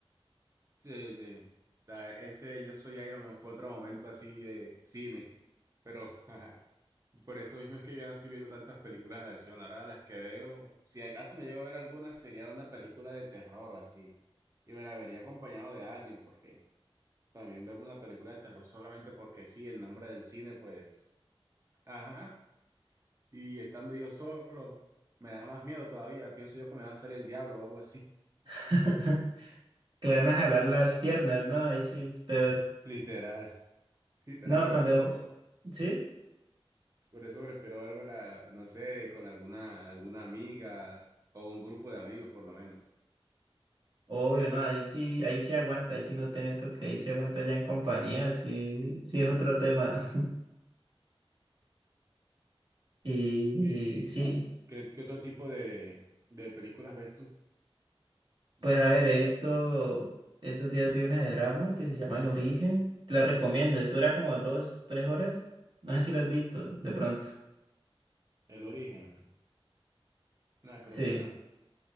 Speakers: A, on the right; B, on the right.
A: Sí, sí. O sea, ese Yo soy Iron Man fue otro momento así de cine. Pero, <laughs> Y Por eso mismo es que yo ya no estoy viendo tantas películas de acción. Ahora las que veo, si acaso me llego a ver alguna, sería una película de terror o así. Y me la vería acompañado de alguien, porque también verme una película de terror solamente porque sí, en nombre del cine, pues, ajá. Y estando yo solo, me da más miedo todavía. Pienso yo que me va a salir el diablo o algo así. <laughs>
B: <laughs> Que le van a jalar las piernas, ¿no? Ahí sí es peor.
A: Literal, literal,
B: No,
A: por
B: cuando,
A: eso,
B: ¿sí?
A: por eso prefiero vérmela no sé, con alguna, alguna amiga o un grupo de amigos por lo menos.
B: Obvio, no, ahí sí, ahí sí aguanta, ahí sí no te miento que ahí sí aguanta ya en compañía, sí, sí es otro tema. <laughs> Y
A: ¿Y
B: sí,
A: ah, qué, qué otro tipo de, de películas ves tú?
B: pues a ver, he visto, esos días vi una de drama que se llama El Origen, te la recomiendo, es, dura como dos, tres horas, no sé si la has visto de pronto.
A: El origen. No, creo
B: Sí,
A: que no.